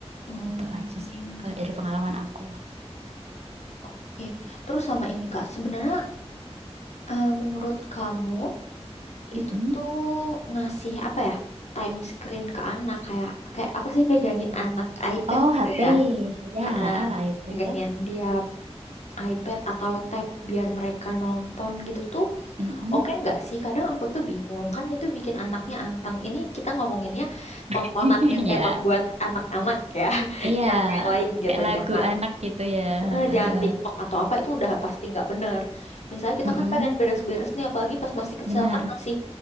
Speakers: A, on the left; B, on the right.
A: Mm.
B: Itu aja sih. Kalau dari pengalaman aku.
A: Oke, terus sama ini Kak, sebenarnya eh, menurut kamu
B: Mm-mm.
A: itu tuh ngasih apa ya? Time screen ke anak kayak kayak apa sih megangin anak iPad
B: Oh, HP.
A: gitu ya?
B: Ya,
A: Ha,
B: ah, iPad.
A: megangin dia iPad atau tab biar mereka nonton gitu tuh
B: Mm-mm.
A: oke nggak sih? Kadang aku tuh bingung kan itu bikin anaknya antang. Ini kita ngomonginnya tontonan
B: <laughs> Iya.
A: yang emang buat anak-anak ya, <laughs>
B: Iya.
A: jangan yang lain gitu,
B: Kayak lagu
A: jangan
B: anak gitu ya.
A: eh,
B: Eh,
A: jangan TikTok atau apa itu udah pasti nggak bener. Misalnya kita
B: mm-mm.
A: kan pengen beres-beres nih, apalagi pas masih kecil
B: Benar.
A: kan masih